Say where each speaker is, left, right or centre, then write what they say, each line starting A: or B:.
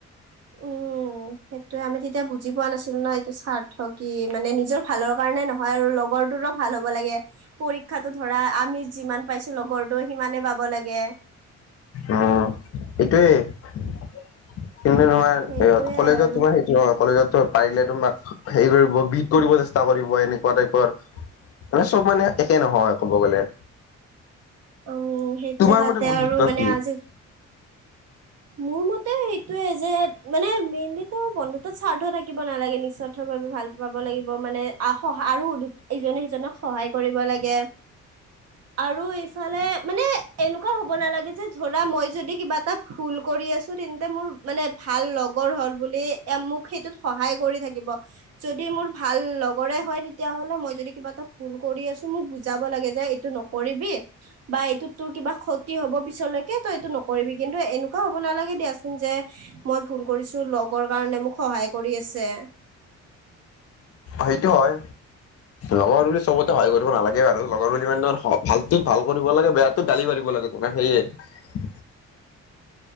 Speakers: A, on the right; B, on the left.
A: উম। উ সেইটোয়ে আমি তেতিয়া বুজি পোৱা নাছিলো ন এইটো স্বাৰ্থ কি মানে নিজৰ ভালৰ কাৰণে নহয় আৰু লগত লগৰটো ভাল হ'ব লাগে, পৰীক্ষা ধৰা আমি যিমান পাইছো লগৰটো সিমানে পাব লাগে।
B: অ' এইটোৱে। কিন্তু তোমাৰ
A: সেইটোয়ে
B: কলেজত
A: আৰু
B: তোমাৰ সেইটো নহয় কলেজত পাৰিলে তোমাক। হেৰি কৰিব বিট কৰিব চেষ্টা কৰিব এনেকুৱা টাইপৰ মানে চ'ব মানে একে নহয় ক'ব গ'লে।
A: উম, সেইটোৱে
B: তোমাৰ
A: তাতে
B: মতে বন্ধুত্ব
A: আৰু মানে
B: কি
A: আজি মোৰ মতে সেইটোয়ে যে মানে মেইনলি তো বন্ধুতত স্বাৰ্থ থাকিব নালাগে নিস্বাৰ্থ ভাৱে ভাল পাব। থাকিব লাগিব মানে, আখহ আৰু ইজনে সিজনক সহায় কৰিব লাগে, আৰু ইফালে মানে। এনেকুৱা হ'ব নালাগে যে ধৰা মই যদি কিবা এটা ভুল কৰি আছো তেন্তে মোৰ মানে ভাল লগত লগৰ হ'ল বুলি। মোক সেইটোত সহায় কৰি থাকিব, যদি মোৰ ভাল লগৰে হয়, তেতিয়া হ'লে মই যদি কিবা এটা ভুল ভুল কৰি আছো, মোক বুজাব লাগে যে এইটো নকৰিবি। বা এইটোত তোৰ কিবা ক্ষতি হ'ব পিছলৈকে, তই এইটো নকৰিবি কিন্তু এনেকুৱা হ'ব নালাগে দিয়াচোন যে মই ভুল কৰিছো, লগৰ কাৰণে মোক সহায় কৰি আছে।
B: হেইটো হয়। লগৰ বুলি চবতে সহ কৰিব নালাগে ব আৰু লগৰ বুলি মানে ভালতো ভাল কৰিব লাগে বেয়াতো গালি পাৰিব লাগে তোমাৰ সেয়ে।
A: <inaudible>